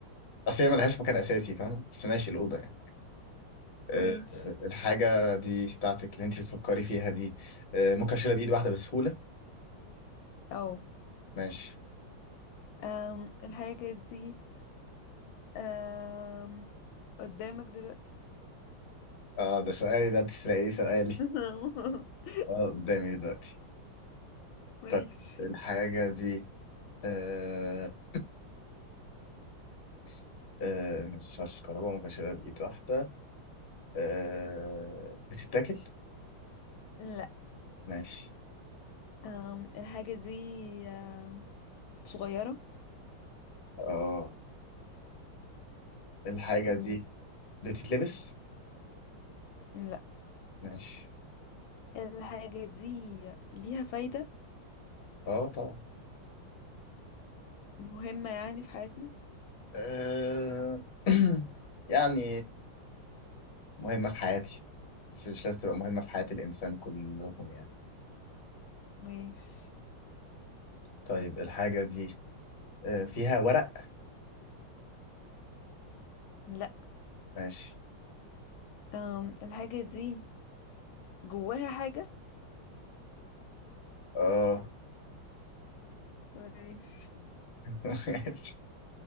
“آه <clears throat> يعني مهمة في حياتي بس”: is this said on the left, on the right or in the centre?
Left